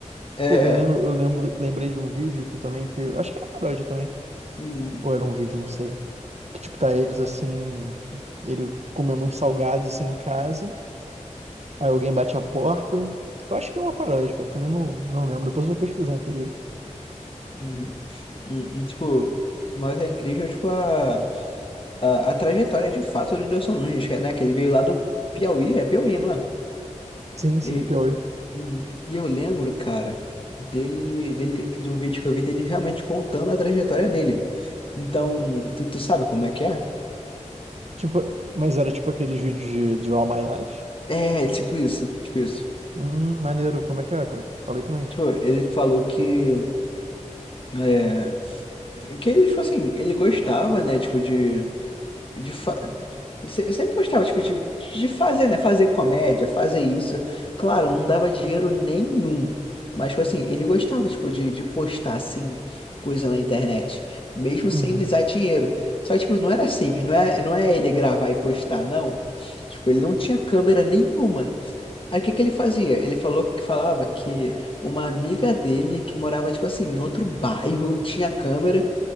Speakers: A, on the left; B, on the right.
A: É.
B: Pô, eu lembro, eu lembro, lembrei de um vídeo que também que. Eu acho que era paródia também.
A: hum,
B: Ou era um vídeo, não sei. Que tipo, tá eles assim. Ele comendo uns salgados assim em casa. Aí alguém bate a porta. Eu acho que é uma paródia, cara. Também não, não lembro. Depois eu vou pesquisar, inclusive.
A: hum, hum, hum, Tipo, mas é incrível, tipo, a, a, a trajetória de fato do Whindersson Nunes, que é, né? Que ele veio lá do Piauí, é Piauí, não é?
B: Sim, sim,
A: E,
B: Piauí.
A: uhum, e eu lembro, cara, dele, dele, de um vídeo que eu vi dele realmente contando a trajetória dele. Então, tu, tu sabe como é que é?
B: Tipo, mas era tipo aqueles vídeos de Draw My Life.
A: É, tipo isso, tipo isso.
B: Hum, maneiro. Como é que é, cara? Falei pra mim.
A: Tipo, ele falou que. é, Que ele, tipo assim, ele gostava, né, tipo, de, de, fa- de- se- sempre gostava, tipo, de, de fazer, né, fazer comédia, fazer isso. Claro, não dava dinheiro nenhum. Mas, tipo assim, ele gostava, tipo, de, de postar, assim, coisa na internet. Mesmo
B: Uhum,
A: sem visar dinheiro. Só que, tipo, não era simples, não é, não é ele gravar e postar, não. Tipo, ele não tinha câmera nenhuma. Aí, o que que ele fazia? Ele falou que falava que uma amiga dele, que morava, tipo assim, em outro bairro, tinha câmera